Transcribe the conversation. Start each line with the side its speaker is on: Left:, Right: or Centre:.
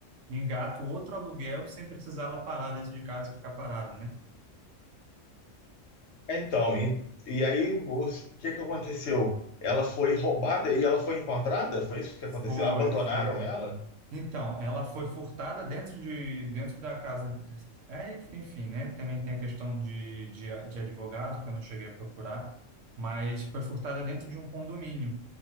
Right: engato outro aluguel sem precisar ela parar dentro de casa e ficar parada, né?
Left: Então, e, e aí o que que aconteceu? Ela foi roubada e ela foi encontrada? Foi isso que aconteceu?
Right: Foi,
Left: Abandonaram
Right: foi.
Left: ela?
Right: Então, ela foi furtada dentro de dentro da casa. É, enfim, né? Também tem a questão de, de, de advogado, que eu não cheguei a procurar, mas foi furtada dentro de um condomínio.